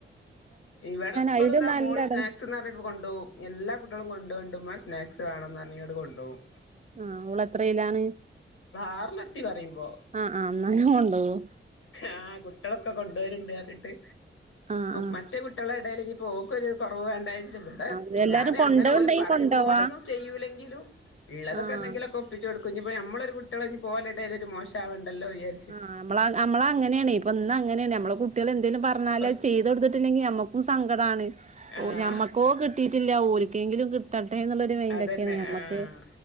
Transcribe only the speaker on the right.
അയിലും
നല്ല
എട
ആഹ് ഓള് എത്രയിലാണ്
ആഹ് ആ എന്നാലും കൊണ്ടോവും
ആഹ് ആഹ്
ആഹ് എല്ലാരും
കൊണ്ടോവ്ണ്ടെങ്കി
കൊണ്ടോവാ
ആഹ്
ആഹ് നമ്മള് നമ്മള അങ്ങനെയാണെ ഇപ്പോ ഇന്ന് അങ്ങനെയാണ് നമ്മള കുട്ട ട്ടികൾ എന്തെലും പറഞ്ഞാല്
അത് ചെയ്ത് കൊടുത്തിട്ടില്ലെങ്കിൽ നമ്മക്കും സങ്കടാണ്
ഞമ്മക്കോ കിട്ടി ട്ടില്ല ഓലിക്കെങ്കിലും കിട്ടട്ടെ എന്നുള്ളരു മെന്റൊക്കെയാണ്
ഞമ്മക്ക്